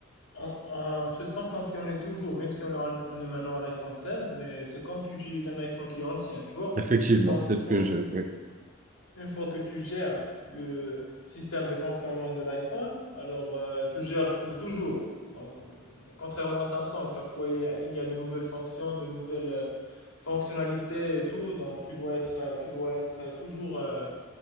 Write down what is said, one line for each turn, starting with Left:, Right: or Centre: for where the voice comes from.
Left: on, on se sent comme si on est toujours, même si on, l'a- on est maintenant à l'iPhone seize. mais c'est comme tu utilises un iPhone qui est ancien, tu vois.
Right: Effectivement,
Left: Donc
Right: c'est
Left: une
Right: ce
Left: fois,
Right: que je...
Left: une fois que tu gères le système de fonctionnement de l'iPhone, alors euh, tu le gères pour toujours. Donc, euh, contrairement à Samsung, chaque fois il y a, il y a de nouvelles fonctions, de nouvelles euh, fonctionnalités et tout, donc tu dois être, euh, tu dois être euh, toujours, euh,